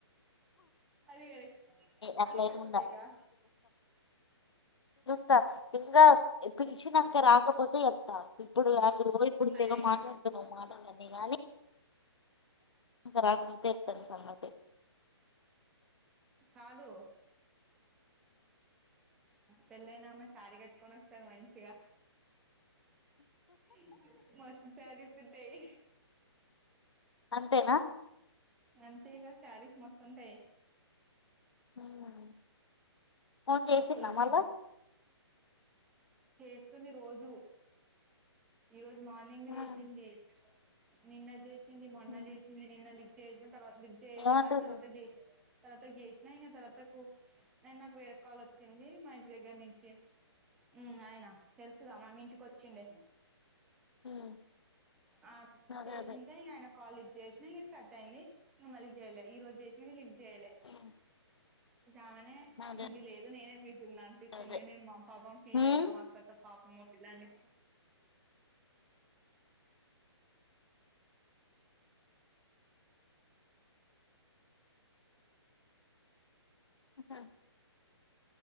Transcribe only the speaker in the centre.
అది
అదీ కరెక్టే
గా
అదేగా
కాదు పెళ్లయినామె శారి కట్కని వస్త మంచిగా ఈహ్ మస్త్ ప్యాడెడ్స్ ఉంటాయ్.
అంతేగా శారీస్ మస్తుంటాయి
ఇంకా ఫుల్
బిజీ చేస్తుంది రోజూ ఈరోజు మార్నింగ్
చేసింది నిన్న చేసి చిన్ని మొన్న
చేసింది నిన్న లిఫ్ చేసినం తరువ లిఫ్ట్ జేయలే
కాని తరువాతకి జేసిన్ తర్వాతగ్ జేెశిన ఇంగ తర్వాతకు నేను నాకు వేరే కాల్ వచ్చింది. మా ఇంటి దగ్గర నుంచి హ్మ్ ఆయన తెలుసుగా మొన్న ఇంటికి వచ్చిండే.
ఆహ్
చేసింటే
ఇగ్ ఆయన కాల్ లిఫ్ట్ చేసినా ఇగ కట్ అయింది మళ్ళీ ఇంకా చేయలే ఈ రోజు చేసిన చేయలే
అమెనే
బీజి లేదు నేనే పెట్ <inaudible> అనిపిస్తుంది
నేను మా పాపం ఫీల్
అయిన మా అక్క తో పాపం. ఇలాండి